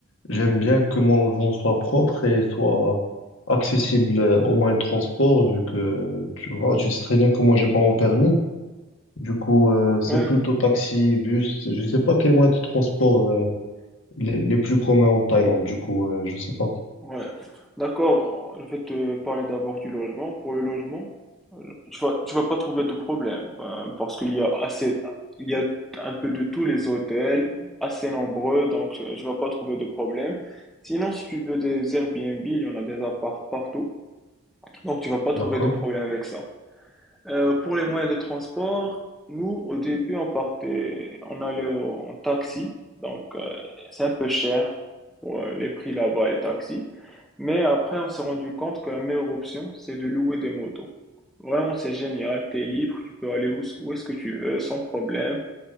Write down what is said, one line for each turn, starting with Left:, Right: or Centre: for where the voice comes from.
Left: j'aime bien que mon logement soit propre et soit accessible euh, aux moyens de transport, vu que tu vois, tu sais très bien que moi, j'ai pas mon permis. Du coup, euh, c'est
Centre: Ouais.
Left: plutôt taxi, bus. Je sais pas quels moyens de transport euh, les, les plus communs en Thaïlande. Du coup, euh, je sais pas.
Centre: Ouais, d'accord. Je vais te parler d'abord du logement. Pour le logement, euh, tu vas, tu vas pas trouver de problème euh, parce qu'il y a assez, il y a un peu de tous les hôtels, assez nombreux, donc euh, tu vas pas trouver de problème. Sinon, si tu veux des Airbnb, il y en a des apparts partout, donc tu vas pas trouver
Left: D'accord.
Centre: de problème avec ça. Euh, pour les moyens de transport, nous, au début, on partait, on allait au- en taxi. Donc, euh, c'est un peu cher pour euh, les prix là-bas, les taxis. Mais après, on s'est rendu compte que la meilleure option, c'est de louer des motos. Vraiment, c'est génial. T'es libre, tu peux aller où, où est-ce que tu veux, sans problème.